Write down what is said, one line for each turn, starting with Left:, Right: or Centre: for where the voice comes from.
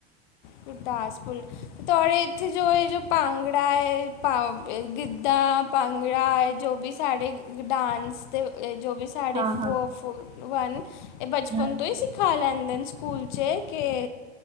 Left: ਗੁਰਦਾਸਪੁਰ ਤੁਹਾਡੇ ਇੱਥੇ ਜੋ ਇਹ ਜੋ ਭਾਂਗੜਾ ਹੈ ਗਿੱਧਾ। ਭੰਗੜਾ ਹੈ ਜੋ ਵੀ ਸਾਡੇ ਡਾਂਸ ਦੇ ਜੋ ਵੀ ਤੁਹਾਡੇ
Right: ਹਾਂ-ਹਾਂ।
Left: <unintelligible> ਵਨ ਬਚਪਨ
Right: ਹਾਂ ਹਾਂ,
Left: ਤੋਂ ਹੀ ਖਾ ਲੈਂਦੇ ਸਕੂਲ ਚ ਕੇ